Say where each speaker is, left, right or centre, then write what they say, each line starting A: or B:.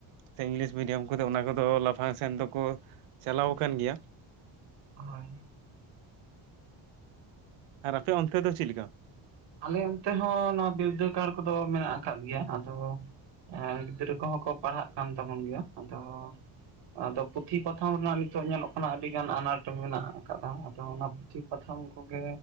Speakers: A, on the right; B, on the right.
A: ᱥᱮ, ᱤᱝᱞᱤᱥ ᱢᱤᱰᱤᱭᱟᱢ ᱩᱱᱠᱩ ᱫᱚ ᱚᱱᱟ ᱠᱚᱫᱚ ᱞᱟᱯᱷᱟᱝ ᱥᱮᱱ ᱫᱚᱠᱚ ᱪᱟᱞᱟᱣ ᱟᱠᱟᱱ ᱜᱮᱭᱟ᱾
B: ᱦᱳᱭ᱾
A: ᱟᱨ ᱟᱯᱮ ᱚᱱᱛᱮ ᱫᱚ ᱪᱮᱫ ᱞᱮᱠᱟ?
B: ᱟᱞᱮ ᱚᱱᱛᱮ ᱦᱚᱸ ᱱᱚᱣᱟ ᱵᱤᱨᱫᱟᱹᱜᱟᱲ ᱠᱚᱫᱚ ᱢᱮᱱᱟᱜ ᱟᱠᱟᱫ ᱜᱮᱭᱟ᱾ ᱟᱫᱚ ᱮᱸ ᱜᱤᱫᱽᱨᱟᱹ ᱠᱚᱦᱚᱸ ᱠᱚ ᱯᱟᱲᱦᱟᱜ ᱠᱟᱱ ᱛᱟᱵᱚᱱ ᱜᱮᱭᱟ, ᱟᱫᱚ ᱟᱫᱚ ᱯᱩᱛᱷᱤ ᱯᱟᱛᱷᱟᱢ ᱨᱮᱱᱟᱜ ᱱᱤᱛᱚᱜ ᱧᱮᱞᱚᱜ ᱠᱟᱱᱟ ᱟᱹᱰᱤ ᱜᱟᱱ ᱟᱱᱟᱴ ᱢᱮᱱᱟᱜ ᱟᱠᱟᱫᱟ᱾ ᱟᱫᱚ ᱚᱱᱟ ᱯᱩᱛᱷᱤ ᱯᱟᱛᱷᱟᱢ ᱠᱚᱜᱮ